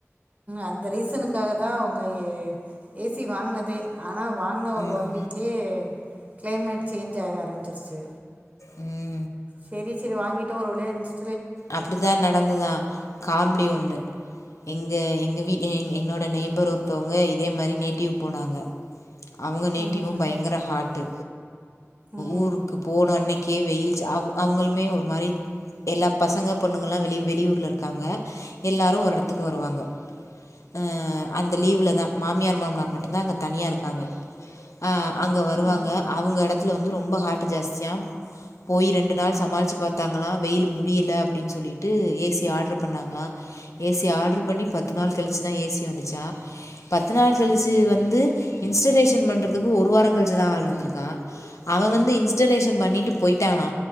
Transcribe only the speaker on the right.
அந்த ரீசனுக்காக தா அவுங்க எ ஏ சி வாங்குனதே ஆனா வாங்கின ஒரு
ஒன் வீக்லே கிளைமேட் சேஞ்ச் ஆக ஆரம்பிச்சிருச்சு
செரி சேர் வாங்கிட்டு ஒரு வழியா இன்ஸ்
ம்
ம்
ம்
ம்,